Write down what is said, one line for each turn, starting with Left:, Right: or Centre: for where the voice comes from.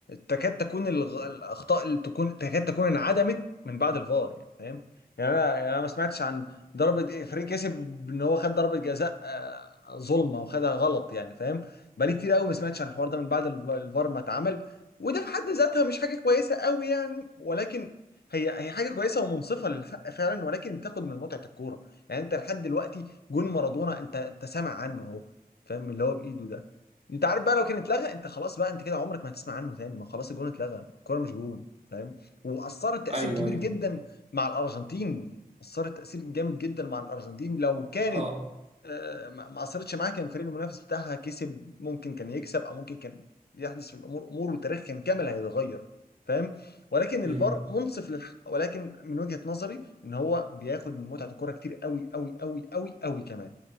Left: تكاد تكون الغ... الاخطاء اللي تكون تكاد تكون انعدمت من بعد الفار يعني فاهم يعني انا يعني انا ما سمعتش عن ضربه فريق كسب ان هو خد ضربه جزاء آه، ظلمه وخدها غلط يعني فاهم بقالي كتير قوي ما سمعتش عن الحوار ده من بعد الف- الفار ما اتعمل وده في حد ذاتها مش حاجه كويسه قوي يعني ولكن هي هي حاجه كويسه ومنصفه للحق فعلا ولكن بتاخد من متعه الكوره يعني انت لحد دلوقتي جون مارادونا انت انت سامع عنه اهو فاهم اللي هو بايده ده انت عارف بقى لو كان اتلغى انت خلاص بقى انت كده عمرك ما هتسمع عنه تاني ما خلاص الجون اتلغى الكوره مش جون فاهم واثرت تاثير
Right: ايوه
Left: كبير
Right: ايوه
Left: جدا مع الارجنتين اثرت تاثير جامد جدا مع الارجنتين لو كانت
Right: اه
Left: آه، ما ما اثرتش معاه كان الفريق المنافس بتاعها كسب ممكن كان يكسب او ممكن كان يحدث في الامور امور وتاريخ كان كامل هيتغير فاهم ولكن الفار
Right: امم
Left: منصف للحق ولكن من وجهة نظري ان هو بياخد من متعة الكرة كتير قوي قوي قوي قوي قوي كمان